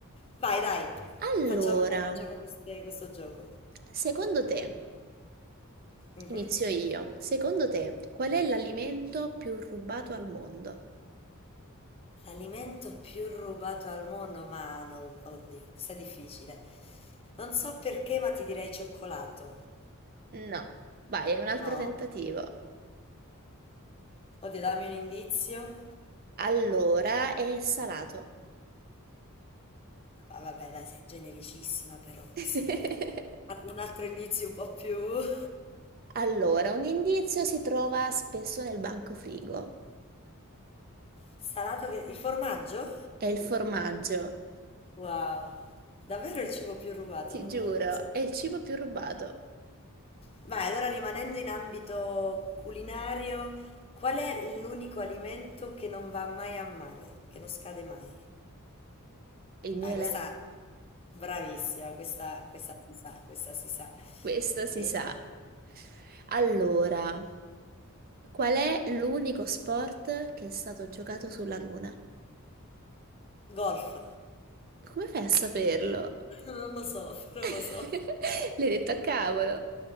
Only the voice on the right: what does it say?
Allora,
secondo te,
inizio io, secondo te qual è l'alimento più rubato al mondo?
No, vai, è un altro
tentativo.
Allora, è salato.
<laughs>
Allora, un indizio si trova spesso nel bancofrigo.
È il formaggio,
ti
giuro,
è il cibo più rubato.
Il miele?
Questo si
sa. Allora, qual è l'unico sport che è stato giocato sulla Luna?
Come fai a saperlo?
<laughs>
L'hai detto a cavolo.